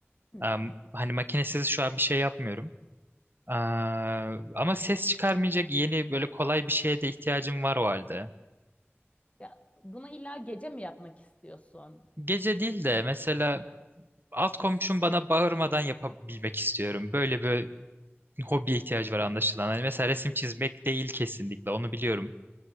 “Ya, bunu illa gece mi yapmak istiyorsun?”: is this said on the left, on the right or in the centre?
Left